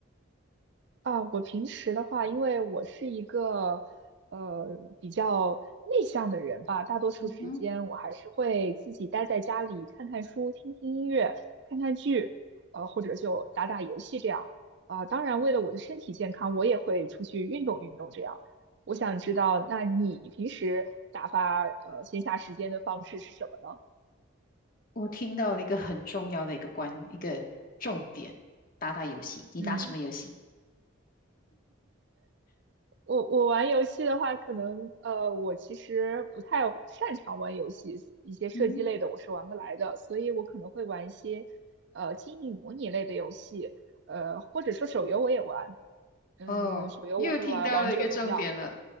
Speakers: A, on the right; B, on the left.
A: 啊，我平时的话，因为我是一个呃比较内向的人吧，大多数时间我还是会自己待在家里看看书、
B: 嗯哼，
A: 听听音乐、看看剧，呃，或者就打打游戏这样。啊，当然，为了我的身体健康，我也会出去运动运动这样。我想知道，那你平时打发呃闲暇时间的方式是什么呢？
B: 我听到了一个很重要的一个关，一个重点，打打游戏。你打什么游戏？
A: 嗯。我我玩游戏的话，可能呃，我其实不太擅长玩游戏，一些射击类的我是玩不来的，
B: 嗯
A: 所以我可能会玩一些呃经营模拟类的游戏，呃或者说手游我也玩，嗯，
B: 哼，哦，
A: 手游我会玩王者荣耀，
B: 又听到了一个重点了，